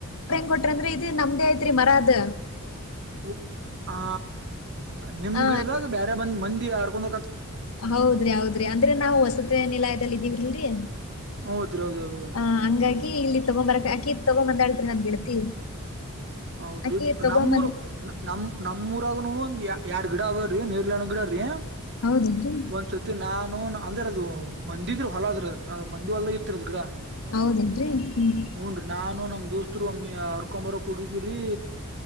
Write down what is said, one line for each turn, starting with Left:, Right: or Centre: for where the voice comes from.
Left: ಕೊಟ್ರ ಅಂದ್ರೆ ಇದು ನಮ್ದೇ ಐತ್ರಿ ಮರ ಅದ.
Right: ಓ ಆ ನಿಮ್
Left: ಆ
Right: ಗಿಡದಾಗ ಬೇರೆ ಬಂದ್ ಮಂದಿ ಹರ್ಕೊಂಡ.
Left: ಹೌದ್ರಿ ಹೌದ್ರಿ ಅಂದ್ರೆ ನಾವು ಹೊಸತ ನಿಲಯದಲ್ಲಿ ಇದ್ದೀವ್ರಲ್ರರಿ.
Right: ಹೌದ್ರಿ ಹೌದ್ ಹೌದ್ ಹೌದ್ರಿ
Left: ಹ ಹಂಗಾಗಿ ಇಲ್ಲಿ ತಗೊಂಬರಕ್ ಆಕಿ. ತೊಗೊಂಡು ಬಂದಾಳ ರಿ ನಮ್ಮ ಗೆಳತಿ.
Right: ಹೌದ್ರಿ
Left: ಅಕಿ ತಗೊಂಬಂದ
Right: ನಮ್ಮೂರ ನಮ ನಮ್ಮೂರಾಗ ನೋ ಒಂದ್ಯಾಾ. ಎರಡ್ ಗಿಡ ಅದಾವ್ರಿ ನೀರ್ಲ ಗಿಡ ರೀ
Left: ಹೌದೇನ್ರಿ
Right: ಒಂದ್ಸತಿ ನಾನು. ಅಂದ್ರೆ ಅದು ಮಂದಿದ್ರ ಅದು ಹೊಲದರಿ. ಆ ಮಂದಿ ಹೊಲ್ದಾಗ ಇತ್ ರಿ ಆದ ಗಿಡ
Left: ಹೌದೇನ್ರಿ ಹ್ಮ್
Right: ಹುನ್ರಿ ನಾನು ನಮ್ದ. ದೋಸ್ತರು ಒಮ್ಮಿ ಹರಿಕೊಂಡ ಬರಕ್ ಹೋಗಿದವ್ರೀ